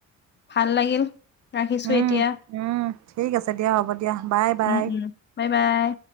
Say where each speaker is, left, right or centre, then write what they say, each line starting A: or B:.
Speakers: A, on the left (about 35°); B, on the right (about 65°).
A: ভাল লাগিল ৰাখিছো
B: উম
A: এতিয়া।
B: উম ঠিক আছে দিয়া হ'ব দিয়া বাই, বাই।
A: উম উম বাই বাই